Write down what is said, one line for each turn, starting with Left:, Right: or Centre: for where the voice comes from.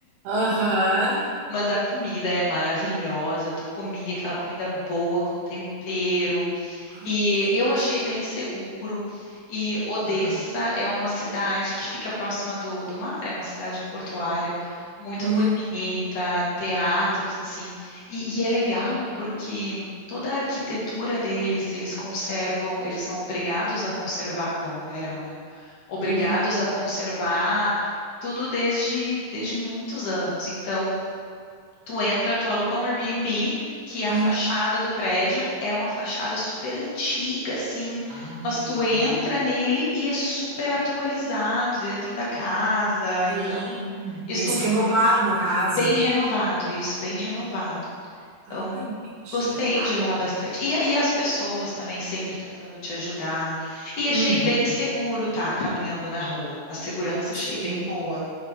Right: aham.
Left: Mas a comida é maravilhosa, tu comia aquela comida boa com tempero,
Right: Ai,
Left: e
Right: que delícia.
Left: eu achei bem seguro. E Odessa
Right: Aham.
Left: é uma cidade que fica próxima do, do mar, é uma cidade portuária muito
Right: Hum,
Left: bonita, teatros assim. E, e é legal porque toda a arquitetura deles, eles conservam, eles são obrigados a conservar, bom, eram, né? Obrigados
Right: hum,
Left: a conservar tudo desde, desde muitos anos. Então, Tu entra, tu aluga um Airbnb, que a
Right: hum.
Left: fachada do prédio é uma fachada super antiga, assim,
Right: Ai,
Left: mas
Right: que
Left: tu
Right: legal.
Left: entra nele e é super atualizado dentro da casa.
Right: Sim.
Left: Então, isso
Right: Eles renovaram, no caso.
Left: bem renovado, isso, bem renovado. Então,
Right: Ai, entendi.
Left: gostei
Right: Pá.
Left: de lá bastante. E, e as pessoas também sempre tentando te ajudar. E
Right: Uhum.
Left: achei bem seguro, tá, caminhando na rua. A segurança
Right: Sim.
Left: achei bem boa.